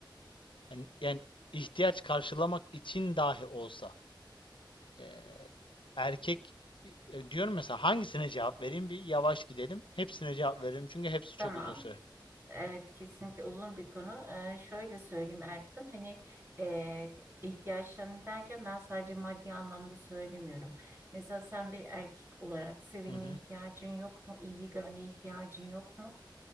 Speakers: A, on the left; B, on the right.
A: Yani, yani ihtiyaç karşılamak için dahi olsa e, erkek e, diyorum mesela hangisine cevap vereyim bir yavaş gidelim. Hepsine cevap veririm çünkü hepsi
B: Tamam.
A: çok uzun süre.
B: Evet kesinlikle uzun bir konu. Ee, şöyle söyleyeyim Erkan hani e, ihtiyaçlarını derken ben sadece maddi anlamda söylemiyorum. Mesela sen bir erkek olarak sevilmeye
A: Hı hı.
B: ihtiyacın yok mu? İlgi görmeye ihtiyacın yok mu?